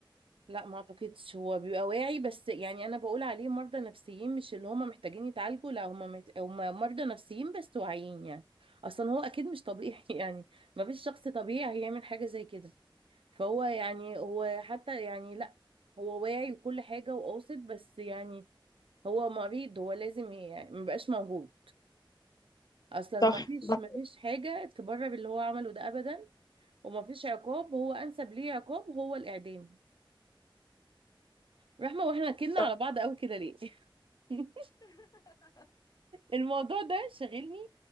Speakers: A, on the right; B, on the left.
A: لا ما اعتقدش هو بيبقى واعي بس يعني انا بقول عليه مرضى نفسيين مش اللي هم محتاجين يتعالجوا لا هم مت... هم مرضى نفسيين بس واعيين يعني اصلا هو اكيد مش طبيعي <laughs> يعني ما فيش شخص طبيعي هيعمل حاجة زي كده فهو يعني هو حتى يعني لا هو واعي لكل حاجة وقاصد بس يعني هو مريض هو لازم ي- يعني مبقاش موجود اصلا ما
B: صح
A: فيش
B: ده-
A: ما فيش حاجة تبرر اللي هو عمله ده ابدا وما فيش عقاب هو انسب ليه عقاب هو الاعدام رحمة واحنا كنا
B: طب
A: على بعض قوي كده ليه <laughs> الموضوع ده شاغلني